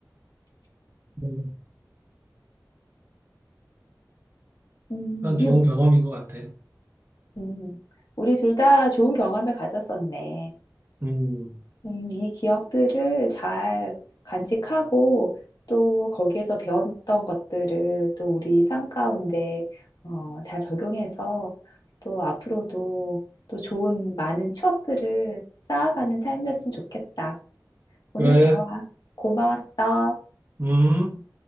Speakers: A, on the right; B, on the left.
A: 음.
B: 음,
A: 일단
B: 우리
A: 좋은 경험인 것 같아.
B: 음, 우리 둘 다 좋은 경험을 가졌었네.
A: 음,
B: 음, 이 기억들을 잘 간직하고 또 거기에서 배웠던 것들을 또 우리 삶 가운데 어, 잘 적용해서 또 앞으로도 또 좋은 많은 추억들을 쌓아가는 삶이었으면 좋겠다. 오늘
A: 그래,
B: 대화 고마웠어.
A: 음.